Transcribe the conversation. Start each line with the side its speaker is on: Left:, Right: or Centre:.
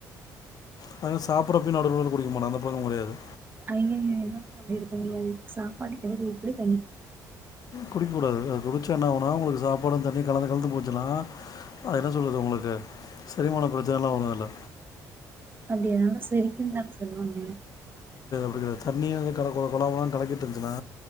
Left: அதன சாப்புட்றப்பையு நடு நடுல குடிக்கமாட்ட அந்த பழக்கமு கெடையாது
Right: அய்யய என்னால அப்டிருக்க முடியாது சாப்பாடுக்கெடைல எப்டித் தண்ணிக்
Left: குடிக்கூடாது அது குடிச்சா என்ன ஆவுன்னா உங்களுக்கு சாப்பாடு தண்ணியு கலந்து கலந்துப் போச்சுனா அத என்ன சொல்றது உங்களுக்கு செரிமானப் பிரச்சனலா வரு அல்ல
Right: அப்டியா செரிக்குன்தா சொல்வாங்க
Left: அப்டிகிடையாது தண்ணியாவே கல கொல கொலா முலானு கலக்கிட்ருஞ்சின்னா